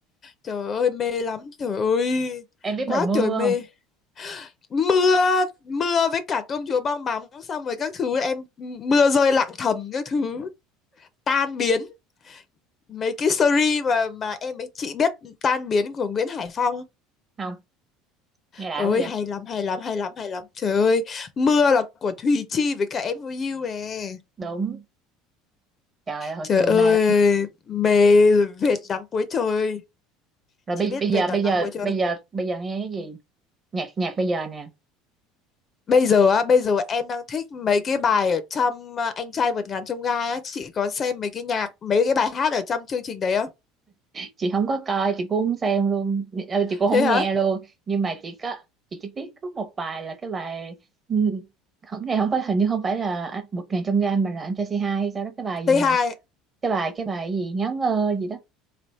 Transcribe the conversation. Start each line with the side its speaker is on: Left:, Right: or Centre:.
Left: trời ơi mê lắm trời ơi
Right: em biết
Left: quá
Right: bài mưa
Left: trời mê
Right: không
Left: mưa mưa với cả công chúa bong bóng xong rồi các thứ em mưa rơi lặng thầm các thứ tan biến mấy cái series mà mà em ấy chị biết tan biến của Nguyễn Hải Phong
Right: không nghe đã
Left: ơi
Right: quá vậy
Left: hay lắm hay lắm hay lắm hay lắm trời ơi mưa là của Thùy Chi với cả em for you nè
Right: đúng trời ơi, hồi
Left: trời
Right: xưa
Left: ơi
Right: mê lắm
Left: mê vệt nắng cuối trời
Right: rồi
Left: Chị
Right: bây,
Left: biết
Right: bây giờ
Left: Việt Nam
Right: bây giờ
Left: quê chưa?
Right: bây giờ bây giờ nghe cái gì nhạc nhạc bây giờ nè
Left: Bây giờ á, bây giờ em đang thích mấy cái bài ở trong à, Anh trai vượt ngàn chông gai á, chị có xem mấy cái nhạc, mấy cái bài hát ở trong chương trình đấy không?
Right: chị không có coi chị cũng không xem luôn ừ, chị cũng
Left: Thế
Right: không
Left: hả?
Right: nghe luôn nhưng mà chị có chị chỉ biết có một bài là cái bài ừ, không cái này không phải hình như không phải là anh một ngàn trong gang mà là anh trai c hai hay sao đó cái bài
Left: Tây
Right: gì mà
Left: hai,
Right: cái bài cái bài gì ngáo ngơ gì đó